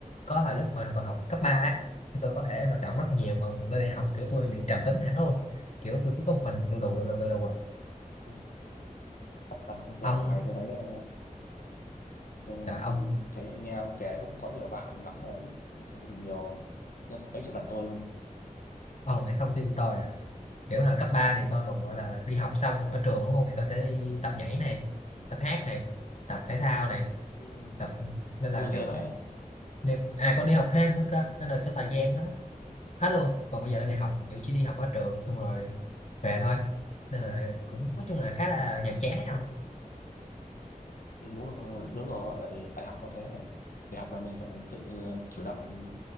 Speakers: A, on the left; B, on the left.
A: có thời lúc mà còn học cấp 3 ấy thì tôi có thể hoạt động rất là nhiều còn lên đại học kiểu tôi bị trầm tính hẳn luôn kiểu tôi cứ có một mình lù đù lù đù lù đù à
B: Ừ, thật là không
A: ông
B: dài tôi thấy ờ, tôi,
A: sợ ông
B: tôi thấy nghe ông kể cũng có nhiều bạn lắm mà chắc nhiều gấp mấy chục lần tôi luôn
A: ông lại không tin tôi à kiểu hồi cấp 3 thì tôi còn gọi là đi học xong ở trường đúng không thì tôi sẽ đi tập nhảy này tập hát này tập thể thao này
B: ừ.
A: tập nên
B: tôi
A: là kiểu
B: ghê vậy
A: Nè, à con đi học thêm nữa cơ nên là cái thời gian đó hết luôn còn bây giờ là đi học thì kiểu chỉ đi học ở trường xong rồi về thôi nên là cũng nói chung
B: ừ.
A: là khá là nhàm chán ấy không
B: ừ, đúng rồi, đúng rồi tại vì đại học nó thế mà đại học là mình phải tự chủ động